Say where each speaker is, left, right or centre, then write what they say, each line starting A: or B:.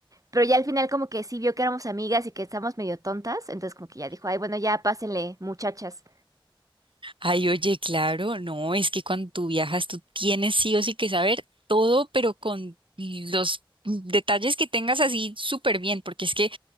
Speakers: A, on the right; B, on the right.
A: Pero ya al final como que sí vio que éramos amigas y que estábamos medio tontas. Entonces como que ya dijo, ay, bueno, ya pásenle, muchachas.
B: oye, claro, no, es que cuando tú viajas, tú tienes sí o sí que saber todo, pero con los detalles que tengas así súper bien, porque es que